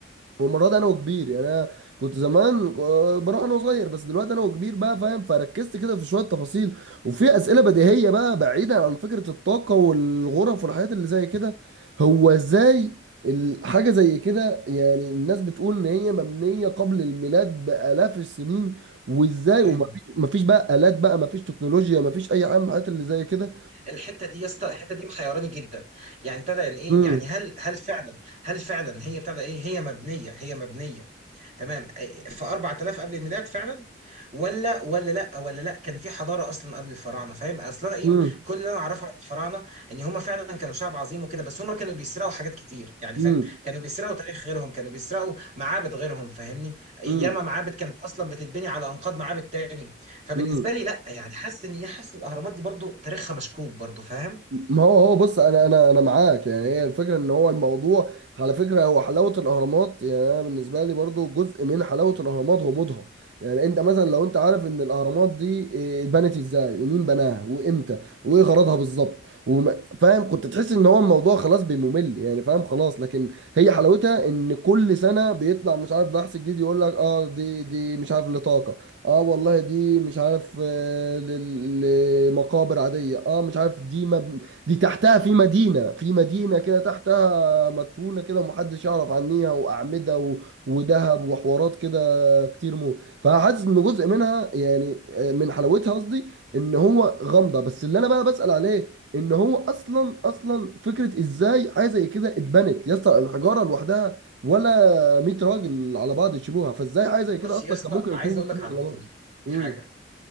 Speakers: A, on the right; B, on the right.
A: والمره دي انا وكبير يعني انا كنت زمان آه، بروح انا وصغير بس دلوقتي انا وكبير بقى فاهم فركزت كده في شويه تفاصيل وفي اسئله بديهيه بقى بعيدا عن فكره الطاقه والغرف والحاجات اللي زي كده هو ازاي الحاجه زي كده يعني الناس بتقول ان هي مبنيه قبل الميلاد بالاف السنين وازاي
B: ايوه
A: ومفيش مفيش بقى الات بقى مفيش تكنولوجيا مفيش اي حاجه من الحاجات اللي زي كده
B: الحته دي يا اسطى الحته دي محيراني جدا يعني ابتدى يعني ايه
A: مم.
B: يعني هل هل فعلا هل فعلا هي ابتدى ايه هي مبنيه هي مبنيه تمام إيه، في 4000 قبل الميلاد فعلا ولا ولا لا ولا لا كان في حضاره اصلا قبل الفراعنه فاهم اصل انا ايه
A: مم.
B: كل اللي انا اعرفه عن الفراعنه ان هم فعلا كانوا شعب عظيم وكده بس هم كانوا بيسرقوا حاجات كتير يعني
A: مم.
B: فاهم كانوا بيسرقوا تاريخ غيرهم كانوا بيسرقوا معابد غيرهم فاهمني ياما
A: مم.
B: معابد كانت اصلا بتتبني على انقاض معابد تاني فبالنسبه
A: مم.
B: لي لا يعني حاسس ان إيه، حاسس الاهرامات دي برضو تاريخها مشكوك برضو فاهم
A: ما هو هو بص انا انا انا معاك يعني هي الفكره ان هو الموضوع على فكره هو حلاوه الاهرامات يعني انا بالنسبه لي برضو جزء من حلاوه الاهرامات غموضها يعني انت مثلا لو انت عارف ان الاهرامات دي إيه، اتبنت ازاي ومين بناها وامتى وايه غرضها بالظبط وما- فاهم كنت تحس ان هو الموضوع خلاص بيممل يعني فاهم خلاص لكن هي حلاوتها ان كل سنه بيطلع مش عارف بحث جديد يقول لك اه دي دي مش عارف لطاقه اه والله دي مش عارف آه، لل- لمقابر عاديه اه مش عارف دي مبنى دي تحتها في مدينة في مدينة كده تحتها مدفونة كده ومحدش يعرف عنيها وأعمدة و... وذهب وحوارات كده كتير موت فحاسس إن جزء منها يعني آه، من حلاوتها قصدي إن هو غامضة بس اللي أنا بقى بسأل عليه إن هو أصلا أصلا فكرة إزاي حاجة زي كده اتبنت يا اسطى الحجارة لوحدها ولا 100 راجل على بعض يشيلوها فإزاي حاجة زي
B: بص
A: كده أصلا
B: يا اسطى
A: كان ممكن
B: عايز
A: يكون
B: اقول
A: يشيلوها
B: لك على
A: على
B: النقطه
A: بعض
B: دي
A: امم
B: حاجه